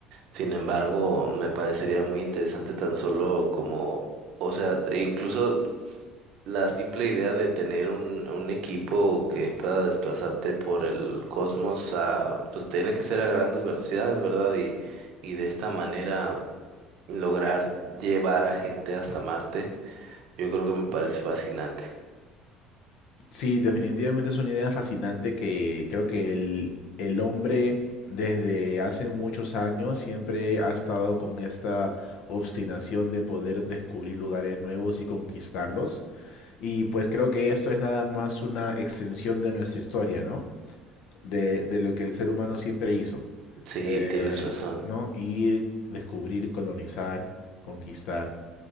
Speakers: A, on the right; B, on the left.
A: Sin embargo, me parecería muy interesante tan solo como, o sea, e incluso la simple idea de tener un, un equipo que pueda desplazarte por el cosmos a, pues tiene que ser a grandes velocidades, ¿verdad? Y, y de esta manera lograr llevar a gente hasta Marte yo creo que me parece fascinante.
B: Sí, definitivamente es una idea fascinante que creo que el, el hombre desde hace muchos años siempre ha estado con esta obstinación de poder descubrir lugares nuevos y conquistarlos. Y pues creo que esto es nada más una extensión de nuestra historia, ¿no? de, de lo que el ser humano siempre hizo,
A: Sí,
B: eh,
A: tienes razón.
B: ¿no? Ir, descubrir, colonizar, conquistar.